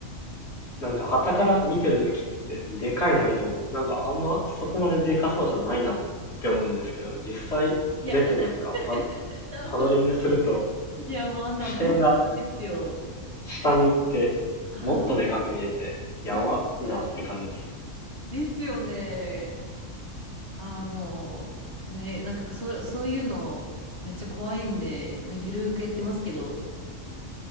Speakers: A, on the left (about 50°); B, on the right (about 45°).
A: なんか、傍から見てるときって、でかい波でも、なんかあんまそこまででかそうじゃないなって思うんですけど、実際出てなんかパ、
B: いや、<laughs> 多分、
A: パドリングすると、
B: いやもうあんなモンスターですよ。
A: 視点が下に行って、
B: はい
A: もっとでかく見えて、やばいなって感じですよ。
B: いや、本当にですよね。ああ、もう、ね、なんかそ、そういうのめっちゃ怖いんで、まあ、ゆるーくやってますけど。